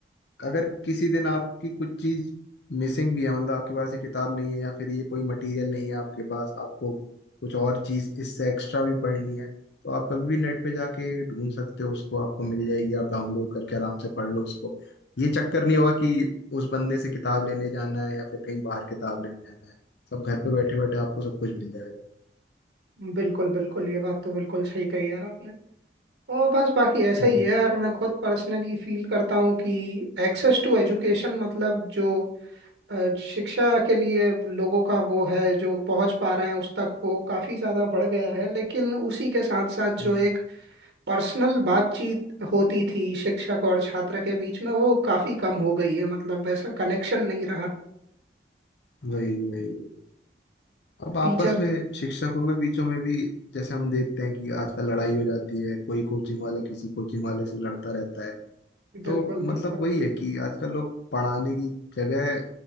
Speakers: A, on the left (about 75°); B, on the right (about 85°).
A: अगर किसी दिन आपकी कुछ चीज मिसिंग भी है मतलब आपके पास ये किताब नहीं है या फिर ये कोई मटेरियल नहीं है आपके पास आपको कुछ और चीज इससे एक्स्ट्रा भी पढ़नी है तो आप कभी भी नेट पे जाके ढूंढ सकते हो उसको आपको मिल जाएगी आप डाउनलोड करके आराम से पढ़ लो उसको ये चक्कर नहीं होगा कि उस बंदे से किताब लेने जाना है या फिर कहीं बाहर किताब लेने जाना है सब घर पे
B: बिल-
A: बैठे बैठे आपको सब कुछ मिल जाएगा
B: बिल्कुल बिल्कुल ये बात तो बिल्कुल सही कही यार आपने और बस बाकी ऐसा
A: हम्म
B: ही है यार मैं खुद पर्सनली फील करता हूँ कि एक्सेस टू एजुकेशन मतलब जो अ, शिक्षा के लिए लोगों का वो है जो पहुंच पा रहे हैं उस तक वो काफी ज्यादा बढ़ गया है लेकिन उसी के साथ साथ
A: हम्म,
B: जो एक पर्सनल बातचीत होती थी शिक्षक और छात्र के बीच में वो काफी कम हो गई है मतलब वैसा कनेक्शन नहीं रहा
A: वही वही वही अब आपस
B: टीचर
A: में शिक्षकों के बीचों में भी जैसे हम देखते हैं कि आजकल लड़ाई हो जाती है कोई कोचिंग वाला किसी कोचिंग वाले से लड़ता रहता है तो
B: बिल्कुल
A: मतलब
B: बिल्कुल
A: वही है कि आजकल लोग पढ़ाने की जगह